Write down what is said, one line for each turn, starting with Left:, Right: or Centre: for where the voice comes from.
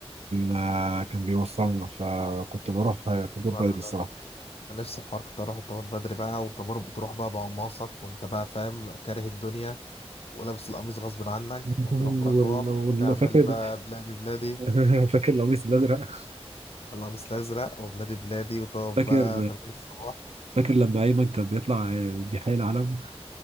Right: آه، كان بيوصلنا فكنت بروح آه، طابور بدري
Left: أنا
Right: الصراحة
Left: أنا أنا نفس الحوار كنت أروح الطابور بدري بقى والطابور بتروح بقى بقماصك وأنت بقى فاهم كاره الدنيا ولابس القميص غصب عنك
Right: <laughs>
Left: وتروح
Right: والله
Left: بقى تقف
Right: والله
Left: تعمل
Right: فاكر
Left: بقى بلادي بلادي
Right: <laughs> فاكر القميص الأزرق
Left: القميص الأزرق وبلادي بلادي وطب
Right: فاكر
Left: بقى تمام الصباح
Right: فاكر لما ايمن كان بيطلع آه، بيحيي العلم